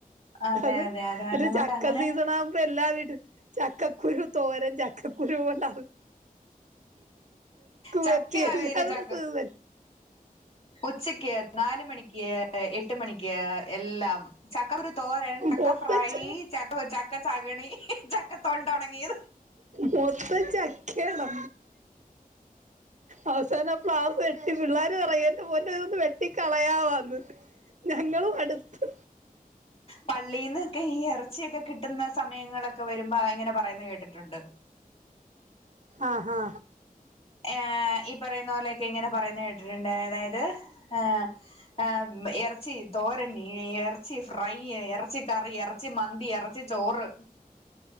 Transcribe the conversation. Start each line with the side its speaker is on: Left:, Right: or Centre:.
Left: അതെ
Right: അത്
Left: അതെ കാരണം
Right: മറ്റേ ചക്ക
Left: കൊണ്ട് അങ്ങനെ
Right: സീസണാവു ഇപ്പ എല്ലാ വീട്ടും ചക്കക്കുരു തോരൻ, ചക്കക്കുരു ഉണ്ടാവു
Left: ചക്കയവിയല്,
Right: വരട്ടി എല്ലാ
Left: ചക്ക്
Right: ദിവസവും ഇത് തന്നെ
Left: ഉച്ചയ്ക്ക്, നാല് മണിയ്ക്ക്, എട്ട് മണിയ്ക്ക്, എല്ലാം. ചക്ക കുരു തോരൻ, ചക്ക
Right: മൊത്തം
Left: ഫ്രൈ,
Right: ച
Left: ചക്ക ചക്ക ചക്ണി, ചക്ക തൊണ്ടൊണങ്ങിയത്.
Right: മൊത്തം ചക്ക്യാണ്. അവസാനം പാവം വെട്ടി. പിള്ളാര് പറയാണെന്റെ പൊന്നോ ഒന്ന് വെ വെട്ടി കളയാവാന്ന്. ഞങ്ങളും മട്ത്ത്.
Left: പള്ളീന്ന്ക്കെ ഈ എറച്ചിയൊക്കെ കിട്ട്ന്ന സമയങ്ങളൊക്കെ വെരുമ്പൊ ആഹ് അങ്ങനെ പറയുന്ന കേട്ടിട്ടുണ്ട്.
Right: ആഹ്, ഹാഹ്
Left: ഏഹ്, ഈ പറയുന്ന പോലെയൊക്കെ ഇങ്ങനെ പറയുന്നെ കേട്ടിട്ട്ണ്ട്. അതായത് ഏഹ്, ആഹ്, മ് എർച്ചി തോരൻ, എറച്ചി ഫ്രൈ, എറ ച്ചി കറി, എറച്ചി മന്തി, എറച്ചി ചോറ്.